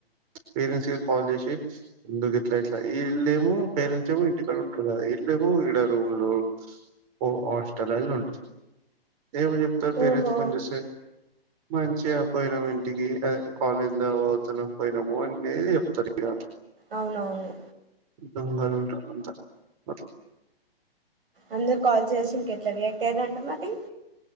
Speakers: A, on the right; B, on the right.
A: పేరెంట్స్ కి కాల్ చేసి, ముందుకు ఇట్లా ఇట్లా, ఇల్లేమో పేరెంట్. పరెంట్స్ ఏమో ఇంటికాడ ఉంటారు కదా. ఇల్లేమో ఇడ రూములో, హా హాస్టల్ లో ఉంటారు. ఏము చెప్తారు,
B: ఓహో
A: పేరెంట్స్ ఫోన్ చేస్తే. మంచిగా పోయినాము ఇంటికి, ఆ కాలేజ్ లో పోతున్నాం, పోయినాము అనీ ఇదే చెప్తారు ఇగా.
B: అవునవులే.
A: దొంగలు ఉంటార్. అంతా ఓకే.
B: అందరు కాల్ చేసి, ఇంక ఎట్లా రియాక్ట్ అయ్యారంట మరి.